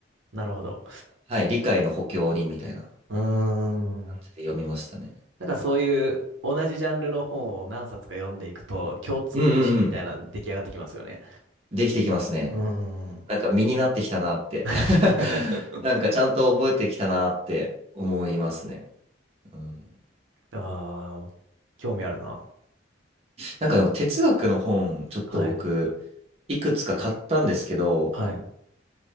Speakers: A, on the right; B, on the right.
A: なるほど。
B: はい、理解の補強にみたいな
A: うーん。
B: 感じで読みましたね。
A: なんかそういう同じジャンルの本を何冊か読んでいくと共通認識みたいなの出来上がってきますよね。
B: うんうんうん。できてきますね。
A: うーん。
B: なんか身になってきたなって
A: <laughs>
B: <laughs> なんかちゃんと覚えてきたなって思いますね。うん、
A: ああ、興味あるな。
B: なんかでも哲学の本、ちょっと僕、
A: はい。
B: いくつか買ったんですけど、
A: はい。